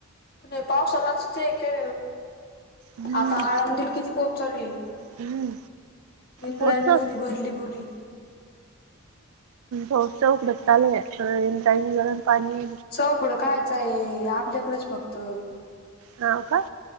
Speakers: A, on the left; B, on the right.
A: पण पावसालाच ते ख
B: हम्म
A: आता आळंदल किती पाऊस चालू आहे.
B: हम्म
A: इंद्राणी
B: पोहोचच
A: नदी भरली पुरी.
B: भाऊचौ उकडताल <unintelligible> पाणी
A: चौकडं कायच आहे आपल्याकडेच फक्त
B: हा का?